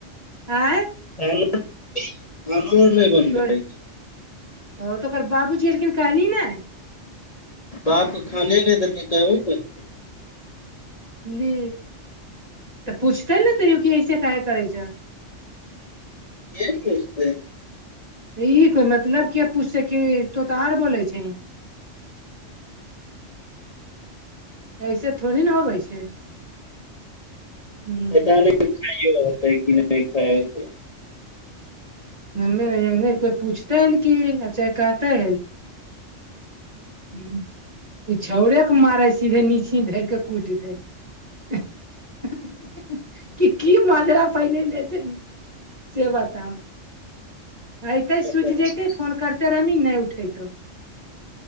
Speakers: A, on the right (about 30°); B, on the left (about 30°).
A: आंय।
B: <unintelligible>
A: तोर ओ तऽ ओकर बाबूजी एलखिन कहली नै
B: बाप के खाने नै देल कइ कहबई कोन चीज।
A: ली तऽ पूछतेै ने त उ की ऐस कहे करै छऽ
B: के पुझतैय।
A: ई कोई मतलब किये पुछैे कि तो तऽ और बोलै छीहि। ऐसे थोड़ी न होबै छै। हूँ
B: पता नैय खायो ले होतै की नै खाइत
A: <unintelligible> कोय पूछतैन की अच्छा कहतै। हूँ इ छौड़िया के मारै सीधे नीची धर के कुटि दे। <unintelligible> कि की मिजरा फैनेने छै से बताउषथं आ अयतै
B: कुछ
A: सुति जेतै फोन करते रहमी नैय उठेतौ।